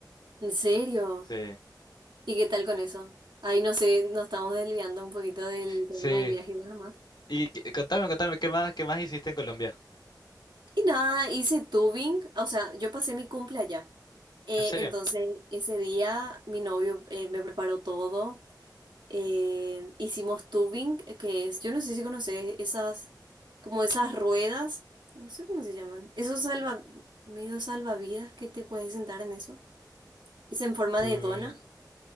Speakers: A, on the right; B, on the left.
A: ¿En serio?
B: Sí,
A: ¿Y qué tal con eso? Ahí no sé, nos estamos desviando un poquito del tema
B: sí.
A: del viaje, bueno,
B: Y que- contame, contame, ¿qué más, qué más hiciste en Colombia?
A: Y nada, hice tubing, o sea, yo pasé mi cumple allá. Eh,
B: ¿En serio?
A: entonces, ese día mi novio eh, me preparó todo. Eh, hicimos tubing, eh, que es, yo no sé si conoces esas, como esas ruedas, no sé cómo se llaman, esos salva, medio salvavidas que te puedes sentar en eso. Es en forma
B: Tú-
A: de dona,